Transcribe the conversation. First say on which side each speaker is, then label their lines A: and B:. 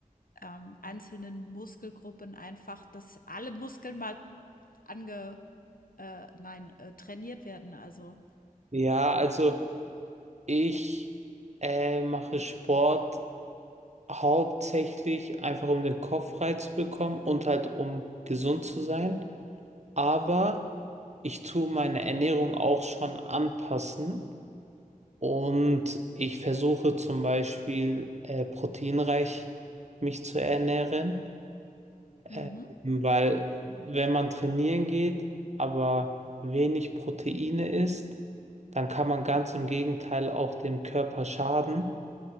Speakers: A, on the left; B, on the right.
A: ähm, einzelnen Muskelgruppen einfach, dass alle Muskeln mal ange äh, nein, äh, trainiert werden, also
B: ja, also ich äh, mache Sport hauptsächlich einfach, um den Kopf frei zu bekommen und halt, um gesund zu sein. aber ich tue meine Ernährung auch schon anpassen und ich versuche zum Beispiel äh, proteinreich mich zu ernähren, äh,
A: mhm,
B: weil wenn man trainieren geht, aber wenig Proteine isst, dann kann man ganz im Gegenteil auch dem Körper schaden,